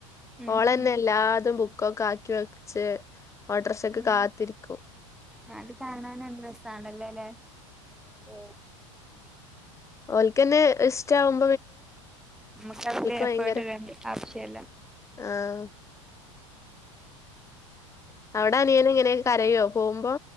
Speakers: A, in the centre; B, on the left.
A: ഉം,
B: ഓളന്നെ
A: ഉം.
B: എല്ലാതും ബുക്കൊക്കെ ആക്കി വെച്ച് ഓട്ടോറിക്ഷക്ക്
A: ഞാൻ-
B: കാത്തിരിക്കും
A: അത് കാണാനെന്തു രസാണല്ലല്ലേ ഉം
B: ഓൽക്കെന്നെ ഇഷ്ടാവും
A: നമുക്കാണെങ്കി എഫേർട്ട്
B: ഭയങ്കര
A: ഇടേണ്ട ആവശ്യല്ല
B: ആഹ് അവിട് അനിയൻ എങ്ങനെ കരയോ പോമ്പോ